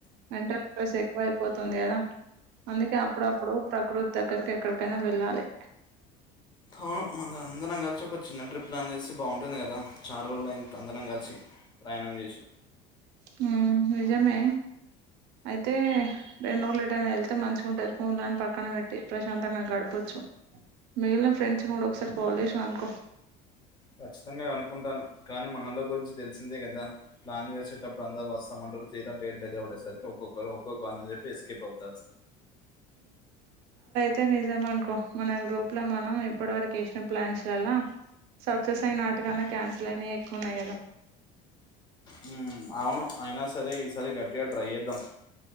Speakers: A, on the right; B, on the left.
A: అంటే ప్రెస్ ఎక్కువ అయిపోతుంది కదా అందుకే అప్పుడప్పుడు ప్రకృతి దగ్గరకి ఎక్కడికైనా వెళ్ళాలె
B: అవును మన అందరం కలిసి ఒక చిన్న ట్రిప్ ప్లాన్ చేస్తే బాగుండు ఉంటుంది కదా చాన్ రోజులు అయింది అందరం కలిసి ప్రయాణం చేసి
A: హు నిజమే అయితే రెండు రోజులు ఏటైనా వెళ్తే మంచిగా ఉంటది ఫోన్లని పక్కన పెట్టి ప్రశాంతంగా గడప్ చ్చు మిలిగిన ఫ్రెండ్స్ ను కూడా ఒకసారి ఫోన్ చేసి కనుక్కో
B: ఖచ్చితంగా అనుకుంటానం కానీ మనలో గురించి తెలిసిందే కదా ప్లాన్ వేసేటప్పుడు అందరూ వేసేటప్పుడు అం తీరడేట్ దగ్గర పడేసరి ఒక్కొక్కరూ ఒక్కొక్క అని చెప్పేసి ఎస్కేప్ అవుతారు
A: టే నిజం అనుకో మన గ్రూప్ లో మనం ఇప్పటి వరకు వేసిన ప్లాన్స్ లల్లా సక్సెస్ అయిననాటి కన్నా క్యాన్సిల్ అయినావి ఎక్కువ ఉన్నాయి కదా
B: హు అవును అయినా సరే ఈసారి గట్టిగా ట్రై చేద్దాం